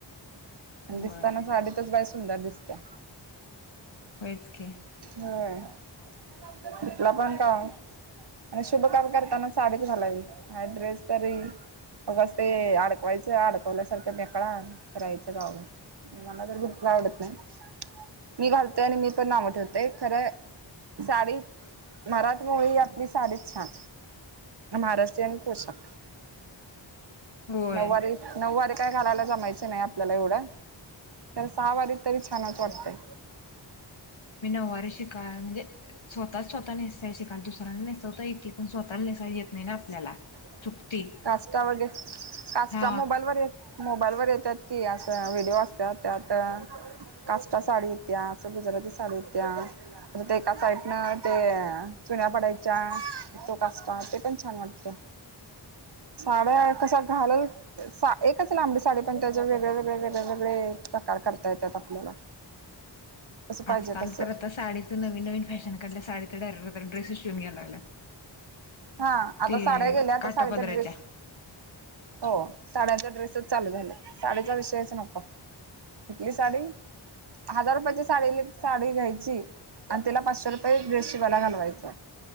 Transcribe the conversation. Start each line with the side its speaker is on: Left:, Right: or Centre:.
Right: दिसताना
Left: होय
Right: साडीतच बाई सुंदर दिसत्या.
Left: होयच की
Right: होय. <unintelligible> पण का आणि शुभ काम करताना साडीच घालावी. हा ड्रेस तरी उगच ते अडकवायचं, अडकवल्यासारखं मेकळा न फिरायचं गावभर. मला तर <unintelligible> आवडत नाही. मी घालते आणि मी पण नावं ठेवते. खरंय साडी, मराठमोळी आपली साडीच छान. महाराष्ट्रीयन पोशाख.
Left: होय
Right: नऊवारीत, नऊवारी काय घालायला जमायचं नाही, आपल्याला एवढं. तर सहावारीत तरी छानच वाटतय.
Left: मी नववारी शिका म्हणजे स्वतःच स्वतः नेसाय शिकालतो. दुस नेसवता येती. पण स्वतःला नेसायला येत नाही ना, आपल्याला.
Right: <unintelligible>
Left: चुकती
Right: काष्टा <unintelligible> काष्टा
Left: हा
Right: मोबाईलवर य मोबाईल वर येतात की, असं व्हिडिओ असतात त्यात काष्टा साडी येत्या, अस गुजराती साडी येत्या. ते एका साईडनं ते, चुन्या पडाय च्या तो काष्टा. ते पण छान वाटत. साड्या कश्या घालाल, सा एकच लांबडी साडी पण त्याच्या वेगळ्या, वेगळया, वेगळया, वेगळे प्रकार. करता येतात आपल्याला. कसं पाहिजे
Left: आजकाल
Right: तसं
Left: तर आता साडीचं नवीन नवीन फॅशन कडल्या साडी डर ड्रेसेस शिवून घ्यायला लागल्यात
Right: हा आता
Left: ते
Right: साड्या गेल्या आता
Left: काटापदराच्या
Right: साडचा ड्रेस हो साड्याचा ड्रेसच चालू झाला साडचा विषयच नको. तिथली साडी, हजार रुपयाची साडी साडी घ्यायची आणि त्याला पाचशे रुपये ड्रेस शिवाला घालवायच.